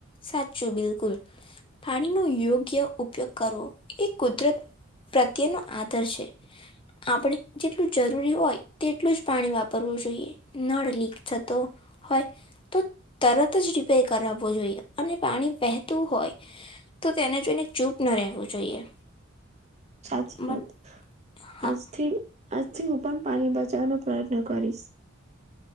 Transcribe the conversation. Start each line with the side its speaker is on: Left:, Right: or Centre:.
Left: સાચું બિલકુલ પાણીનો યોગ્ય ઉપયોગ કરવો એ કુદરત પ્રત્યેનો આદર છે. આપણે જેટલું જરૂરી હોય તેટલું જ પાણી વાપરવું જોઈએ. નળ લીક થતો હોય તો તરત જ રી પે કરાવવો જોઈએ અને પાણી વહેતું હોય તો તેને જોઈને ચૂપ ન રહેવું જોઈએ.
Right: સાચી
Left: મન
Right: વાત
Left: હા
Right: આજથી આજથી હું પણ પાણી બચાવવાનો પ્રયત્ન કરીશ.